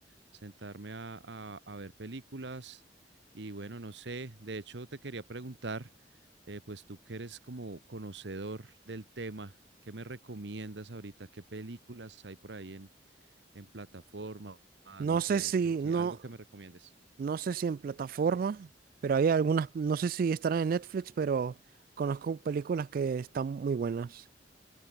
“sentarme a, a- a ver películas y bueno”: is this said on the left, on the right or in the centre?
Right